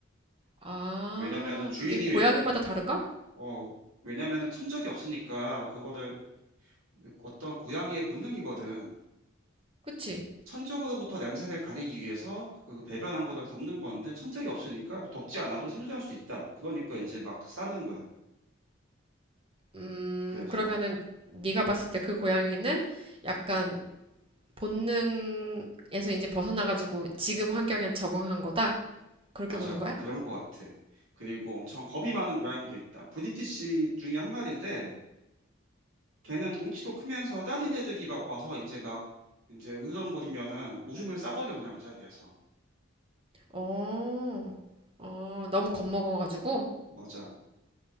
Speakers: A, on the right; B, on the right.
A: 아
B: 왜냐면은 주인이
A: 그게 고양이마다
B: 왜,
A: 다른가?
B: 어 왜냐면은 천적이 없으니까 그거를 어떤 고양이의 본능이거든.
A: 그치?
B: 천적으로부터 냄새를 가리기 위해서 그 배변한 거를 덮는 건데 천적이 없으니까 덮지 않아도 생존할 수 있다. 그러니까 이제 막 싸는 거야.
A: 음
B: 그래서
A: 그러면은
B: 막
A: 네가 봤을 때 그 고양이는 약간 본능에서 이제 벗어나가지고 지금 환경에 적응한 거다? 그렇게
B: 맞아.
A: 보는 거야?
B: 그런 것 같아. 그리고 엄청 겁이 많은 고양이도 있다. 브리티시 중에 한 마리인데, 걔는 덩치도 크면서 다른 애들이 막 와서 이제 막, 이제 으르렁거리면은 오줌을 싸버려, 그냥 그 자리에서.
A: 어, 어, 너무 겁먹어가지고?
B: 맞아.